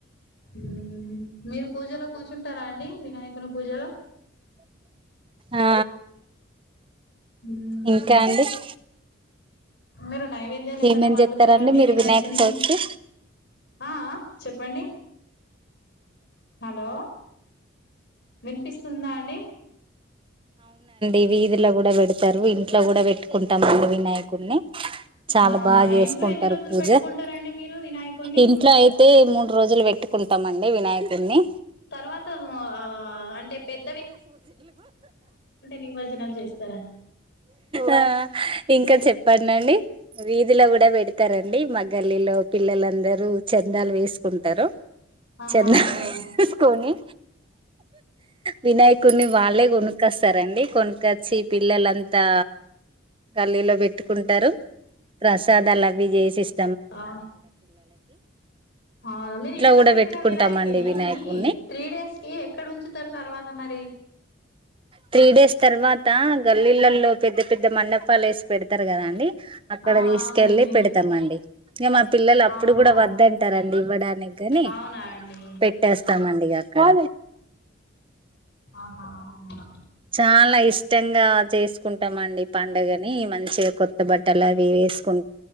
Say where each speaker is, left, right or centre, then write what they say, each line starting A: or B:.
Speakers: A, on the left (about 55°); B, on the right (about 25°).
A: ఊ మీరు పూజలో కూచు తుంటారా అండి వినాయకుని పూజలో
B: ఆ
A: ఊహూ
B: ఇంకా అండి
A: మీరు నైవేద్యాలు ఏమైనా
B: ఏమేం
A: వండుతారా
B: చేస్తారండి
A: అండి
B: మీరు
A: వినాయకునికి
B: వినాయక చవితికి
A: ఆ ఆ చెప్పండి హలో విన్పిస్ సున్నాండి
B: ఇవి ఇదిలో కూడా పెడతారు ఇంట్లో కూడా పెట్టుకుంటాం అండి వినాయకుడిని చాలా
A: అవునా
B: బాగా చేసుకుంటారు
A: ఇంట్లో ఎన్ని రోజులు
B: పూజ
A: పెట్టుకుంటారండి మీరు వినాయకుడిని
B: ఇంట్లో అయితే మూడు రోజులు పెట్టు కుంటామండి వినాయకుడిని
A: తర్వాత ఆ అంటే పెద్ నిమజ్జనం చేస్తారా
B: అ ఇంకా చె చెప్పండండి వీధిలో కూడా పెడతారండి మా గల్లీలో పిల్లలందరూ చందాలు వేసుకుంటారు
A: ఆహా
B: చెల్ల
A: అవునా
B: ఏసుకొనీ వినాయకుడిని వాళ్ళే కొనుక్కొస్తారండి కొను చి పిల్లలు అంతా గల్లీలో పెట్టుకుంటారు ప్రసాదా లు అవి చేసిస్తా
A: ఆ అవునా మీరు ఇంట్లో
B: కూడా
A: పెట్టిన
B: పెట్టుకుంటామండి
A: వినాయకి
B: వినాయకుడిని
A: ని త్రీ డేస్ కి ఎక్కడ ఉంచుతారు తర్వాత మరి
B: త్రీ డేస్ తర్వాత గల్లీళ్లల్లో పెద్ద పెద్ద మండపాలు వేసి పెడతారు కదా అండి అక్కడ
A: ఆ
B: తీసుకెళ్ళి
A: అవునండి
B: పెడతామండి ఇంకా మా పిల్లలు అప్పుడు
A: ఆహా
B: కూడా వద్దంటారు అడి ఇవ్వడానికి ని
A: అవునా అండి
B: పెట్టేస్తామండి ఇగా అక్కడ
A: ఆహా అవునా
B: చాలా ఇష్టంగా చేసు కుంటామండి పండుగని మంచిగా కొత్త బట్ అలావి వేసుకుం